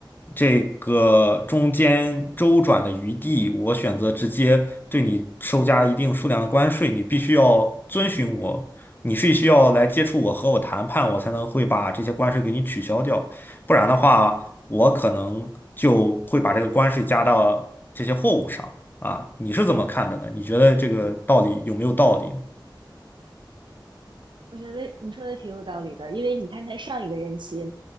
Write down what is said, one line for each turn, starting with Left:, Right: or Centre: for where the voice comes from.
Left: 这个中间周转的余地，我选择直接对你收加一定数量的关税，你必须要遵循我，你是需要来接触我和我谈判，我才能会把这些关税给你取消掉，不然的话，我可能就会把这个关税加到这些货物上啊。你是怎么看的呢？你觉得这个道理有没有道理
Right: 我觉得你说的挺有道理的，因为你看他上一个任期，